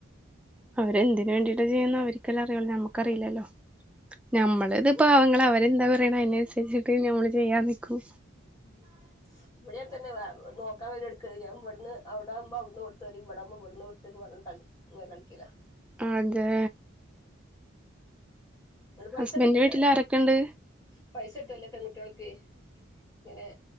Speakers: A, in the centre; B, on the left (about 20°).
A: അവര്എന്തിന് വേണ്ടിയിട്ട ചെയ്യുന്ന അവരിക്കെല്ലേ അറിയ നമക്കറിയില്ലല്ലോ. നമ്മള് ഇത് പാവങ്ങളഅവരെന്താ പറയണ അതിനനുസരിച്ചക്കെ നമ്മള് ചെയ്യാ നിക്കും
B: ഉം ഇവിടെആ തന്നെ നോക്കാ വെർനോല്ക്ക് ഞാൻ ഇവിന്ന് അവിടവുമ്പോ അവിടന്നോട്തത്തി ഇവിടക്പോ ഇവിടുന്നോട് വെറും കളി ഇങ്ങനെ കളിക്കല
A: അതെ.
B: നിങ്ങൾ പൈസ
A: ഹസ്ബൻഡ്
B: കിട്ടലുണ്ട്
A: വീട്ടില്
B: ഇതിനകത്ത്.
A: ആരൊക്കെണ്ട്
B: പൈസ കിട്ടലില്ല പെൺകുട്ടിആ ൾക്ക് ഇങ്ങനെ